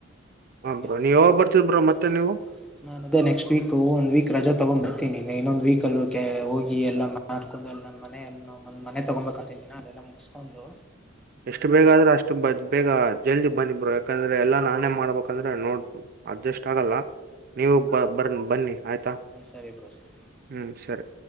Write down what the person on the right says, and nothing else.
ಹ ಬ್ರೋ ನೀವ್
ಯಾವಾಗ ಬರ್ತೀರಿ ಬ್ರೋ ಮತ್ತೆ ನೀವು
ಎಷ್ಟು ಬೇಗಾದ್ರೆ ಅಷ್ಟು ಬೇಗ ಜಲ್ದಿ ಬನ್ನಿ ಬ್ರೋ ಯಾಕಂದ್ರೆ ಎಲ್ಲಾ ನಾನೇ ಮಾಡ್ಬೇಕಂದ್ರೆ <unintelligible> ನೋಡ್ಬ ಅಡ್ಜಸ್ಟ್ ಆಗಲ್ಲ ನೀವು ಬ ಬರ್ ಬನ್ನಿ ಆಯ್ತಾ
ಹ್ಮ್ ಸರೆ